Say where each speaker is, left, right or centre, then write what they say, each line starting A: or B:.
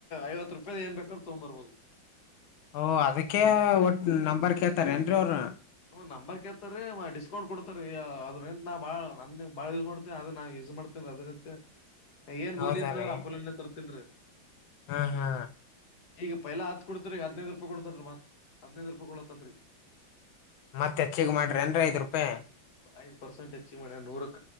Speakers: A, on the left (about 55°); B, on the left (about 90°).
A: ಐವತ್ತು ರೂಪಾಯಿ. ರುಪಾಯ್ದ್ ಏನ್ ಬೇಕಾದ ತಗೊಂಡ್ ಬರ್ಬೋದು.
B: ಹೊ ಅದಕ್ಕೆ ಒಟ್ ನಂಬರ್ ಕೇಳ್ತಾರೇಏನ್ರಿ ಅವರು.
A: ಹೂ ನಂಬರ್ ಕೇಳ್ತ ರೀ ಡಿಸ್ಕೌಂಟ್ ಕೊಡ್ತಾರ ರೀ ಅದ್ರಿಂದ ನಾ ಭಾಳ ನನ್ನ ಭಾಳ ಯೂಸ್ ಮಾಡ್ತೀ ಅದದು ನಾ ಯೂಸ್ ಮಾಡ್ತೀನ ರೀ ಅದ್ರಿರುತ್ತೆ. ಏನ್
B: ಹೌದ
A: ಗೋಲಿ ಇತ್
B: ರೀ
A: ಅವ್ರ ಅಪ್ಪಲನ್ನ ತರ್ತನ್ರಿ.
B: ಹಾ ಹಾ
A: ಈಗ ಪೈಲ ಹತ್ ಕೊಡ್ತರಿಗ ಹದನೈದ ರೂಪಾಯಿ ಕೊಡ್ತನ್ರಿ ಮತ್ ಹದನೈದ್ ರೂಪಾಯಿ ಕೊಡತನ್ರಿಈಗ
B: ಮತ್ತ ಹೆಚ್ಚಗ ಮಾಡ್ರಿ ಅನ್ ಐದ್ ರೂಪಾಯಿ.
A: ಐದ ಪರ್ಸಂಟ್ ಹೆಚ್ಚಿಗ ಮಾಡ್ಯಾನ್ ನೂರಕ್